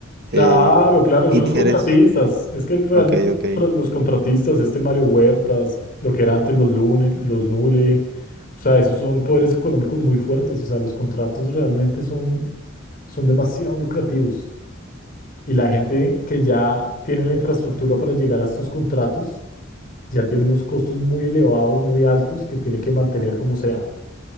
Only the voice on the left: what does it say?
claro,
claro,
son los contratistas. Es que realmente
los,
contra- los contratistas, este Mario Huertas, lo que era antes los Lune, los Nule, o sea, esos son poderes económicos muy fuertes. O sea, los contratos realmente son, son demasiado lucrativos. Y la gente que ya tiene la infraestructura para llegar a estos contratos, ya tiene unos costos muy elevados, muy altos, que tiene que mantener como sea.